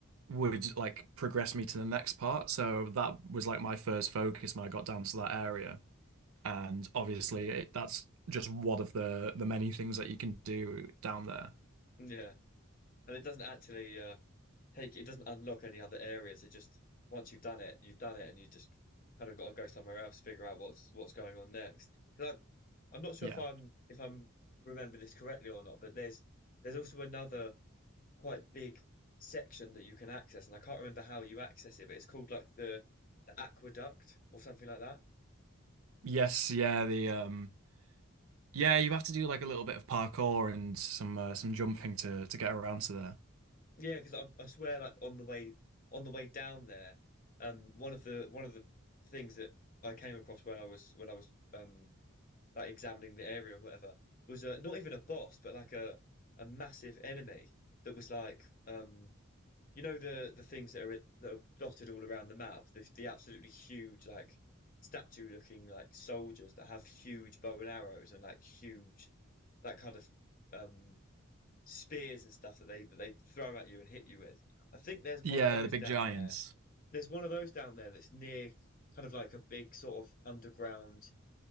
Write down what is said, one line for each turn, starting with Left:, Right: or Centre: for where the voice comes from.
Right: would like progress me to the next part. So that was like my first focus when I got down to that area. And obviously, it, that's just one of the the many things that you can do down there.
Left: Yeah. And it doesn't actually uh take it doesn't unlock any other areas. It just once you've done it, you've done it and you just kind of got to go somewhere else, figure out what's what's going on next. 'Cause I'm, I'm not sure
Right: Yeah.
Left: if I'm if I'm remember this correctly or not, but there's there's also another quite big section that you can access and I can't remember how you access it, but it's called like the the aqueduct or something like that.
Right: Yes. Yeah. The um Yeah, you have to do like a little bit of parkour and some uh, some jumping to to get around to there.
Left: Yeah, because I, I swear, like on the way on the way down there, um, one of the one of the things that I came across when I was when I was um like examining the area or whatever was uh, not even a boss, but like a a massive enemy that was like um you know the the things that are i- that are dotted all around the map, the the absolutely huge like statue looking like soldiers that have huge bow and arrows and like huge that kind of um spears and stuff that they that they throw at you and hit you with. I think there's one
Right: Yeah,
Left: of those
Right: the big
Left: down
Right: giants.
Left: there. There's one of those down there that's near kind of like a big sort of underground,